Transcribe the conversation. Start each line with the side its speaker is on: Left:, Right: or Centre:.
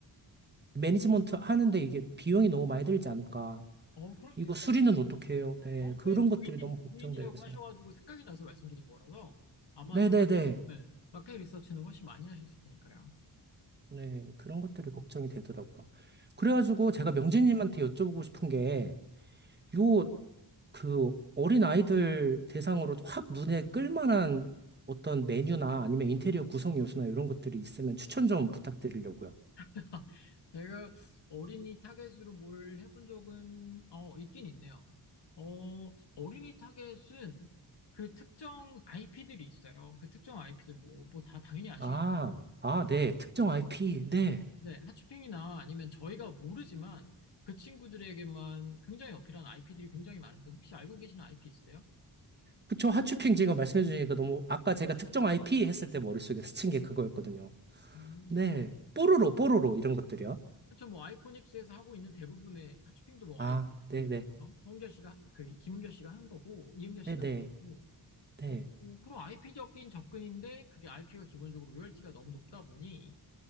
Right: 매니지먼트 하는데 이게 비용이 너무 많이 들지 않을까.
Left: 어, 그럴 수
Right: 이거
Left: 있어요.
Right: 수리는 어떻게 해요? 네,
Left: 어, 왜
Right: 그런 것들이
Left: 무인,
Right: 너무 걱정돼서.
Left: 무인이라고 하셔가지고 생각이 나서 말씀드린 거라서 아마
Right: 네네네.
Left: 저, 네, 마켓 리서치는 훨씬 많이 하셨을 테니까요.
Right: 네, 그런 것들이 걱정이 되더라고요. 그래가지고 제가 명진님한테 여쭤보고 싶은 게, 요, 그, 어린 아이들 대상으로 확 눈에 끌만한 어떤 메뉴나 아니면 인테리어 구성 요소나 이런 것들이 있으면 추천 좀 부탁드리려고요.
Left: <laughs> 제가 어린이 타겟으로 뭘 해본 적은 어, 있긴 있네요. 어, 어린이 타겟은 그 특정 IP들이 있어요. 그 특정 IP들 뭐, 뭐 다 당연히 아시겠는데,
Right: 아, 아, 네. 특정 IP. 네.
Left: 네, 핫쇼핑이나 아니면 저희가 모르지만 그 친구들에게만 굉장히 어필한 IP들이 굉장히 많은데 혹시 알고 계시는 IP 있어요?
Right: 그쵸. 하추핑 지금 말씀해 주시니까 너무, 아까 제가 특정 IP 했을 때 머릿속에 스친 게 그거였거든요.
Left: 음,
Right: 네. 뽀로로, 뽀로로, 이런 것들이요.
Left: 그쵸, 뭐 아이코닉스에서 하고 있는 대부분의 핫쇼핑도 뭐
Right: 아,
Left: 아이, 그
Right: 네네.
Left: 어? 성은결 씨가 그 김은결 씨가 한 거고 이은결 씨가
Right: 네네. 네.
Left: 한 거고
Right: 네.
Left: 어,
Right: 네.
Left: 그런 IP적인 접근인데 그게 IP가 기본적으로 로열티가 너무 높다 보니